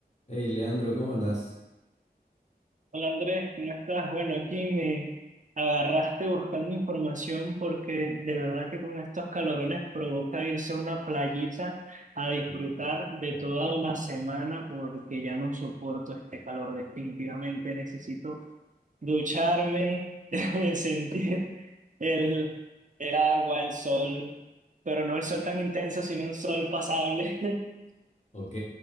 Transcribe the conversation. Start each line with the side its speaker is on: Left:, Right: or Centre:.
Left: Hey, Leandro, ¿cómo andás?
Right: Hola Andrés, ¿cómo estás? Bueno, aquí me agarraste buscando información porque de verdad que con estos calorones provoca irse a una playita a disfrutar
Left: Uh,
Right: de toda una semana porque ya no soporto este calor definitivamente. Necesito ducharme, <laughs> sentir el, el agua, el sol, pero no el
Left: <laughs>
Right: sol tan intenso, sino un sol pasable. <laughs>
Left: Ok,